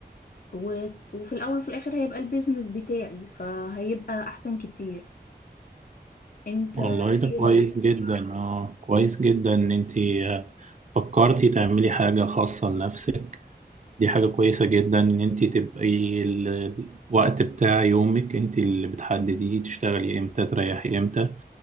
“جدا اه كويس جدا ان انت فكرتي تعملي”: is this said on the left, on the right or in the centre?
Right